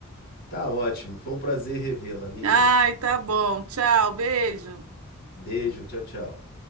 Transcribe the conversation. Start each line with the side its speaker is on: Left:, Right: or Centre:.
Left: Tá ótimo, foi um prazer revê-la, amiga.
Right: Ai, tá bom. Tchau, beijo.
Left: Beijo, tchau, tchau.